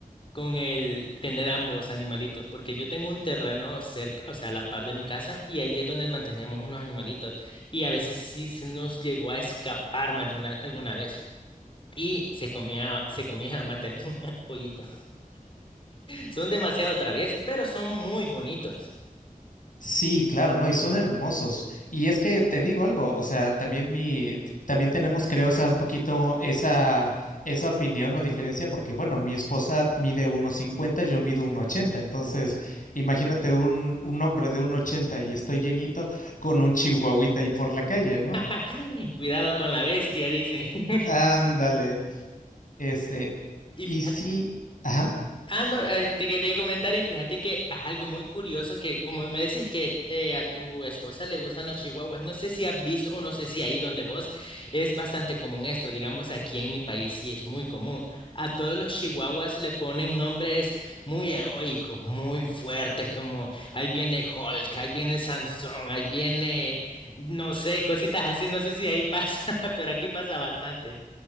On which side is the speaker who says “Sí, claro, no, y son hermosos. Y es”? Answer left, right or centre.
Left